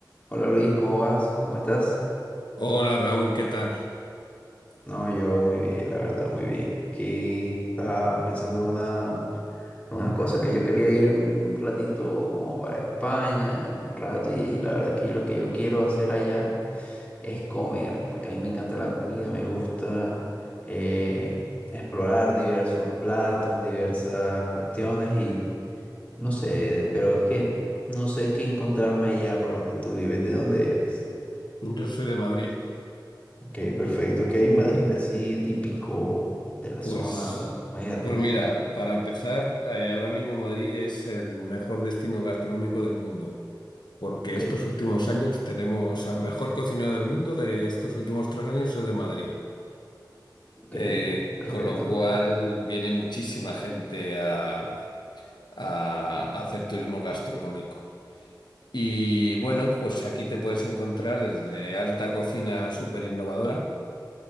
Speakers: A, on the left; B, on the left.
A: Hola Luis, ¿cómo vas? ¿Cómo estás?
B: Hola Raúl, ¿qué tal?
A: No, yo muy bien, la verdad, muy bien. Aquí estaba pensando en una, en unas cosas que yo quería ir un ratito como para España, un rato, y ahí la verdad es que yo lo que yo quiero hacer allá es comer, porque a mí me encanta la comida, me gusta eh, explorar diversos platos, diversas cuestiones y no sé, pero es que no sé qué encontrarme allá por donde tú vives, ¿de dónde eres?
B: Yo soy de Madrid.
A: Ok, perfecto. Ok, Madrid así típico de la
B: Pues,
A: zona para comer.
B: pues mira, para empezar, eh, ahora mismo Madrid es el mejor destino gastronómico del mundo, porque
A: Ok,
B: estos últimos años tenemos al mejor cocinero del mundo de estos últimos tres años es de Madrid.
A: ok,
B: Eh,
A: perfecto.
B: con lo cual viene muchísima gente a, a hacer turismo gastronómico. Y bueno, pues aquí te puedes encontrar desde alta cocina súper innovadora